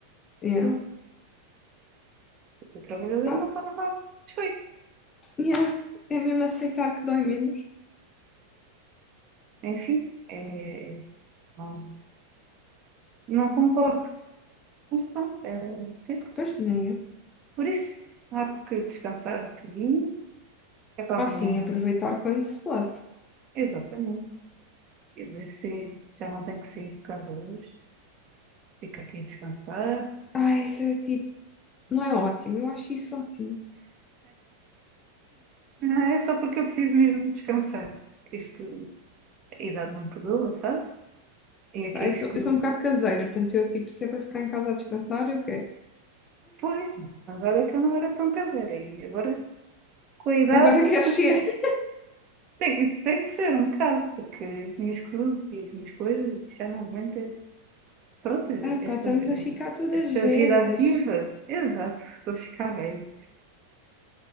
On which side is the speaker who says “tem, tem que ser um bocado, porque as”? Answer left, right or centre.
Right